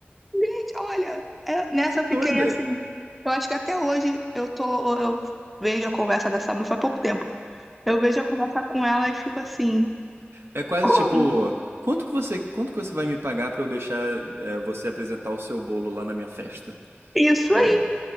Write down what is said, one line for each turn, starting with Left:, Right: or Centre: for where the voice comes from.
Centre: Gente, olha, é- nessa
Right: que
Centre: eu fiquei
Right: doida.
Centre: assim. Eu acho que até hoje eu tô, eu vejo a conversa dessa, mas faz pouco tempo. Eu vejo a conversa com ela e fico assim,
Right: É quase
Centre: como?
Right: tipo, quanto que você, quanto que você vai me pagar pra eu deixar é, você apresentar o seu bolo lá na minha festa?
Centre: Isso
Right: Né?
Centre: aí,